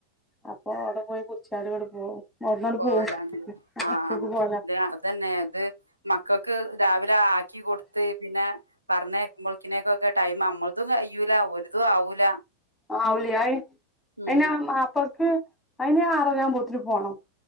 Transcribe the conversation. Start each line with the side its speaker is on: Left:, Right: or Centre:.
Centre: അപ്പൊ അവിടെ പോയി കുടിച്ചാട് ഇങ്ങട് പോവും അവിടുന്നാണ്ട്
Right: പോവലാണല്ലേ
Centre: പോവും
Right: ആഹ്
Centre: സ്കൂൾക്ക്
Right: ആഹ്
Centre: പോവലാ
Right: <unintelligible> അതന്നെ ഇത് മക്കക്ക് രാവിലെ ആക്കി കൊടുത്ത് പിന്നെ പറഞ്ഞയക്കുമ്പോൾക്കിനേക്കൊക്കെ ടൈം അമ്മളതും കയ്യൂല ഓലതും ആവൂല
Centre: ആവൂലെ അയി
Right: ഉം
Centre: അയ്ന് അം അപ്പക്ക് അയിന് ആറരാവുമ്പോത്തിന് പോണം